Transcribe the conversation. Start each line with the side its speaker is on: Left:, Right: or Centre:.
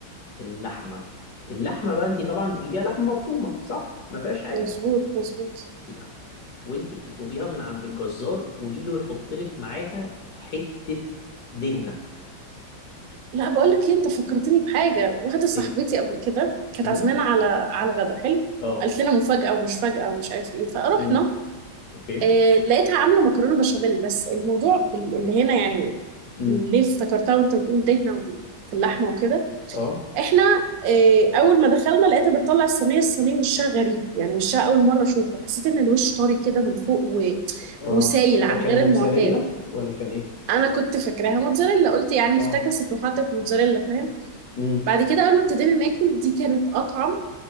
Left: اللحمة اللحمة بقى انتي طبعا بتجيبيها لحمة مفرومة صح ما فيهاش حاجة
Right: مظبوط مظبوط
Left: لا وانتي بتطلبيها من عند الجزار قوليله يحط لك معاها حتة دهنة
Right: لا بقول لك ايه انت فكرتني بحاجه واحده صاحبتي
Left: ايه
Right: قبل كده كانت
Left: امم
Right: عازمانا على على غدا حلو
Left: اه
Right: قالت لنا مفاجاه ومش فاجاه ومش عارف ايه فرحنا
Left: امم اوكي
Right: آه لقيتها عامله مكرونه بشاميل بس الموضوع ال- اللي هنا يعني
Left: امم
Right: اللي افتكرتها وانت بتقول دهنه في اللحمه وكده
Left: اه
Right: احنا آه اول ما دخلنا لقيتها بتطلع الصينيه الصينيه وشها غريب يعني وشها اول مره اشوفه حسيت ان الوش طري كده من فوق و...
Left: اه
Right: وسايل
Left: ده
Right: عن
Left: كان
Right: غير
Left: موتزاريلا
Right: المعتاد
Left: ولا كان ايه
Right: انا كنت فاكراها موتزاريلا قلت يعني
Left: اه
Right: افتكست وحطت موتزاريلا فاهم
Left: امم
Right: بعد كده اول ما ابتدينا ناكل دي كانت اطعم